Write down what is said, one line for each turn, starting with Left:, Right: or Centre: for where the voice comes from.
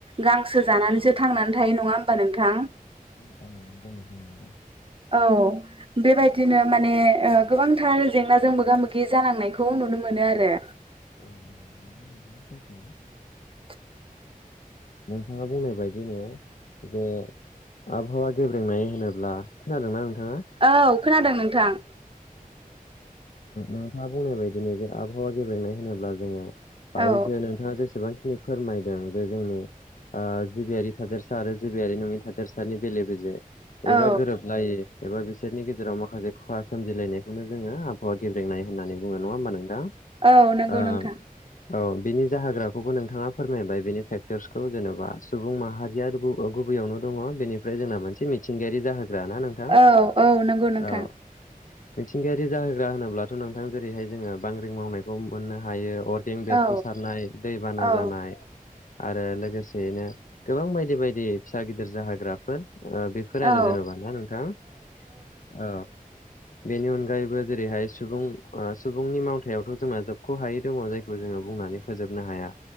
Right: गांसो जानानैसो थांनानै थायो नङा होमबा नोंथां।
Left: औ औ औऔ
Right: औ बेबायदिनो माने गोबांथार जेंनाजों मोगा मोगि जानांनायखौ नुनो मोनो आरो।
Left: <unintelligible>
Right: <unintelligible>
Left: नोंथाङा बुंनाय बायदिनो जे आबहावा गेब्रेंनाय होनोब्ला। खोनादोंना नोंथाङा?
Right: औ खोनादों नोंथां।
Left: नोंथाङा बुंनाय बायदिनो जे आबहावा गेब्लेनाय होनोब्ला जोङो। बावैसो
Right: औ
Left: नोंथाङा जेसेबांखिनि फोरमायदों जे जोंनि ओ जिबियारि थादोरसा आरो जिबियारि नङि थादेरसानि बेले बेजे
Right: औ
Left: एबा गोरोबलायो एबा बिसोरनि गेजेराव माखासे खहा सोमजिलायनायखौनो जोङो आबहावा गोब्रेंनाय होना बुङो। नङा होमबा नोंथां?
Right: औ नंगौ
Left: ओ
Right: नोंथां।
Left: औ बिनि जाहोग्राखौबो नोंथाङा फोरमायबाय बिनि फेक्टरसखौ जेन'बा सुबुं माहारिया बैयावनो दङ बेनिफ्राय जोंना मोनसे मिथिंगायारि जाहोग्राना नोंथां
Right: औ औ नंगौ नोंथां
Left: औ। मिथिंगायारि जाहोग्रा होनोब्लाथ' नोंथां जेरैहाय जोङो बांग्रि मावनायखौ मोननो हायो। अर्गें बेेरफु
Right: औ
Left: सारनाय दैबाना
Right: औ
Left: जानाय। आरो लोगोसेयैनो गोबां बायदि बायदि फिसा गिदिर जाहोग्राफोर बेफोर आरो
Right: औ
Left: जेनेबा ना नोंथां औ। बेनि अनगायैबो जेरैहाय सुबुं सुबुंनि मावथायावथ' जोंना जोबख' हायै दंङ जायखौ जोङो। बुंनानै फोजोबनो हाया